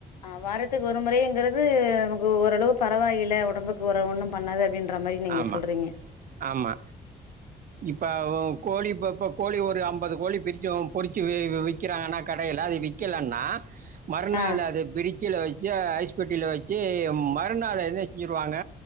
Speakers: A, on the left (about 80°); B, on the right (about 40°).
A: ஆ வாரத்துக்கு ஒரு முறைங்கிறது நமக்கு ஓரளவு பரவாயில்ல உடம்புக்கு ஒரு ஒண்ணும் பண்ணாது அப்டின்ற மாரி நீங்க
B: ஆமா
A: சொல்றீங்க
B: ஆமா இப்ப கோழிப்ப கோழி ஒரு அம் பது கோழி பிரிச்சு பொறிச்சு விற்கிறாங்கன்னா கடையில் அது விக்கலன்னா மறுநாளு
A: ஆ
B: அத பிரி ட்ஜில ஐஸ்பட்டில் வச்சு மறுநாள் என்ன செஞ்சுருவாங்க